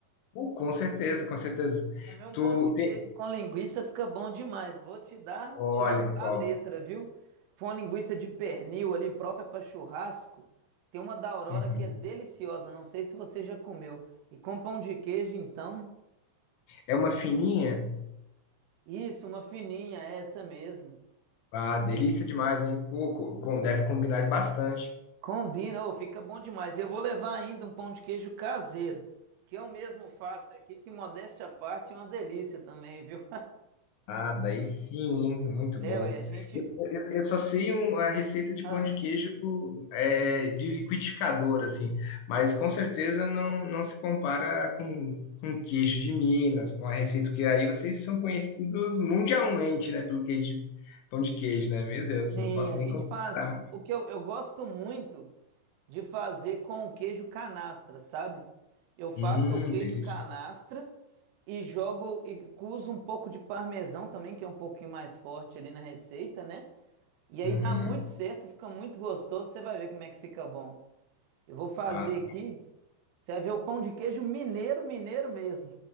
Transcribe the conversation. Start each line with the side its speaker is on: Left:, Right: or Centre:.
Left: pô, com certeza, com certeza.
Right: Comer um
Left: Tu
Right: pão de queijo
Left: tem,
Right: com linguiça fica bom demais. Vou te dar,
Left: olha
Right: te lançar
Left: só,
Right: a letra, viu? Foi uma linguiça de pernil ali própria para churrasco. Tem uma da Aurora
Left: Uhum.
Right: que é deliciosa, não sei se você já comeu. E com pão de queijo, então,
Left: é uma fininha,
Right: isso, uma fininha, é essa mesmo.
Left: ah, delícia demais, hein? Pô, co- com- deve combinar bastante.
Right: Combina, ô, fica bom demais. E eu vou levar ainda um pão de queijo caseiro, que eu mesmo faço aqui, que modéstia à parte é uma delícia também, viu? <laughs>
Left: Ah, daí sim, hein? Muito
Right: É,
Left: bom.
Right: ué, a gente.
Left: Eu, só eu- eu só sei um- a receita de
Right: ah,
Left: pão de queijo é, de liquidificador, assim, mas com certeza não, não se compara com, com queijo de Minas, com a receita que aí vocês são conhecidos mundialmente, né, pelo queijo de, pão de queijo, né? Meu Deus,
Right: sim,
Left: não posso
Right: a
Left: nem
Right: gente
Left: comparar.
Right: faz. O que eu, eu gosto muito de fazer com o queijo canastra, sabe? Eu faço
Left: Hum,
Right: o queijo
Left: delícia.
Right: canastra e jogo e uso um pouco de parmesão também, que é um pouquinho mais forte ali na receita, né? E aí
Left: Uhum.
Right: dá muito certo, fica muito gostoso. Você vai ver como é que fica bom. Eu vou fazer
Left: Ah,
Right: aqui. Você vai ver o pão de queijo mineiro, mineiro mesmo.